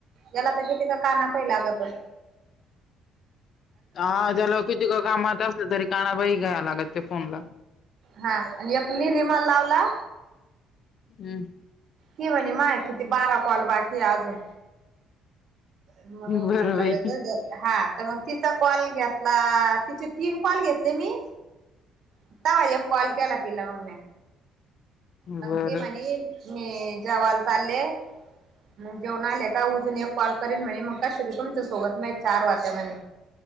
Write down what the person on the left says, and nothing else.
हा ज्याला कितिका कामात असलं तरी कानाबाई घ्या लागत ते फोन ला.
हम्म
बरं
बाई
बरं